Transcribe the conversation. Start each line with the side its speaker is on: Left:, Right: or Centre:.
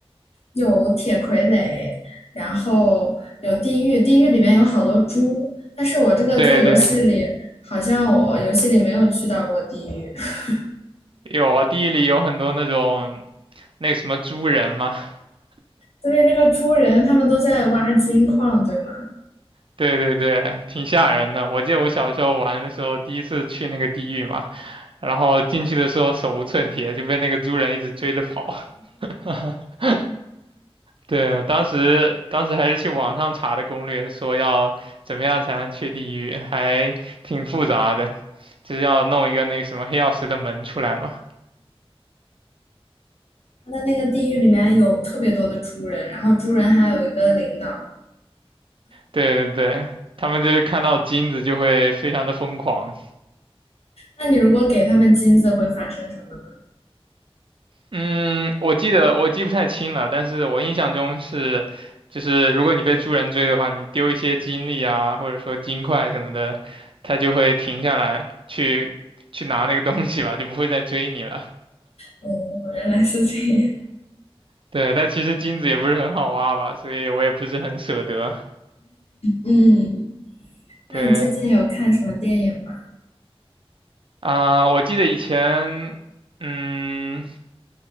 Left: 有铁傀儡，然后有地狱，地狱里面有好多猪，但是我这个在游戏里好像我游戏里没有去到过地狱，
Right: <laughs> 对对，
Left: <laughs>
Right: 有啊，地狱里有很多那种那个什么猪人嘛。<laughs>
Left: 对，那个猪人他们都在挖金矿，对吗？
Right: 对对对，挺吓人的。我记得我小时候玩的时候，第一次去那个地狱嘛，然后进去的时候手无寸铁，就被那个猪人一直追着跑。<laughs> 对，当时当时还是去网上查的攻略，说要怎么样才能去地狱，还挺复杂的，就是要弄一个那个什么黑曜石的门出来嘛。
Left: 他的那个地狱里面有特别多的猪人，然后猪人还有一个领导。
Right: 对对对，他们就是看到金子就会非常的疯狂。
Left: 那你如果给他们金子，会发生什么呢？
Right: 嗯，我记得我记不太清了，但是我印象中是，就是如果你被猪人追的话，你丢一些金粒啊，或者说金块什么的，它就会停下来去去拿那个东西吧，就不会再追你了。
Left: 哦，原来是这样。
Right: 对，但其实金子也不是很好挖吧，所以我也不是很舍得。
Left: 嗯。
Right: 对
Left: 那你最近有看什么电影吗？
Right: 啊，我记得以前，嗯，